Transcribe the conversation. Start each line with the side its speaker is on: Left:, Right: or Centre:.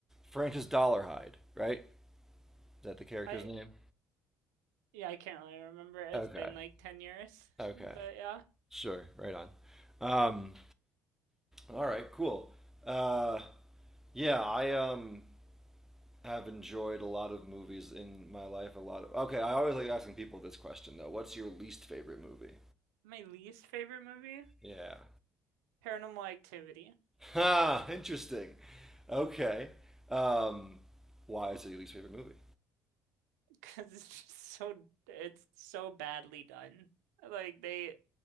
Centre: Francis Dollarhide, right? Is that the character's
Right: I
Centre: name?
Right: yeah I can't really remember. It's
Centre: Okay,
Right: been like ten years,
Centre: okay,
Right: but yeah,
Centre: sure, right on. Um, all right, cool. Uh, yeah, I um have enjoyed a lot of movies in my life. A lot of okay. I always like asking people this question though. What's your least favorite movie?
Right: my least favorite movie,
Centre: Yeah.
Right: Paranormal Activity,
Centre: Ha! Interesting. Okay. Um, why is it your least favorite movie?
Right: <laughs> because it's just so it's so badly done. Like they